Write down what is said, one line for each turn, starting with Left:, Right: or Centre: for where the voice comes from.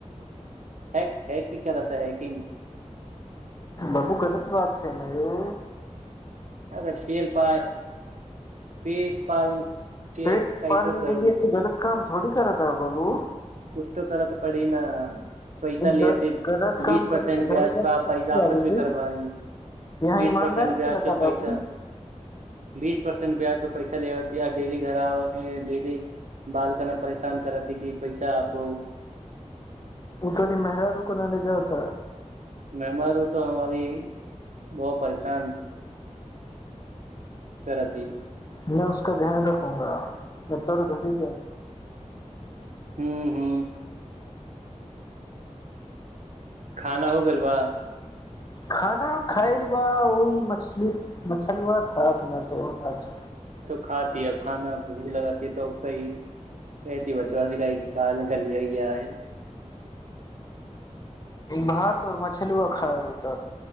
Right: है हैकिंग करत ता हैकिंग
Left: बाबू गलत बात छै न यो
Right: अरे पेल पाल पेट पालन के
Left: पेट
Right: कैतो
Left: पालने
Right: करू
Left: के लि तू गलत काम थोड़ी कर ता बाबू
Right: कुछ तो करऽ त पड़ी न पैसा ले
Left: ग-
Right: ते
Left: गलत काम
Right: बीस परसेंट
Left: करे तो
Right: ब्याज
Left: घर जाके
Right: प
Left: सुखी
Right: पैसा वपस
Left: जा बाबू
Right: भी करबी
Left: यहाँ
Right: बीस
Left: ईमानदारी
Right: परसेंट
Left: के
Right: ब्याज
Left: रखा
Right: प
Left: बाबू
Right: पैसा बीस परसेंट ब्याज पर पैसा ले होती है आ डेली घर आत ह डेली बालकन परेशान करती कि पैसा आपको
Left: ओतरी मेहररू कोना ले जाउ तँ
Right: मेहरारु तऽ हमर बहु परेशान करती
Left: में उसका ध्यान रखूगा नहि तोर घरी जाइ
Right: हू हू खाना हो गइल बा
Left: खाना खायल बा ओहि मछली मछलुआ खा पीना चाहन अज
Right: खातीै अब खाना भूक लगातीै त सही कती बज क साल कली होइ य <unintelligible>
Left: भात ओर मछलुआ खा उत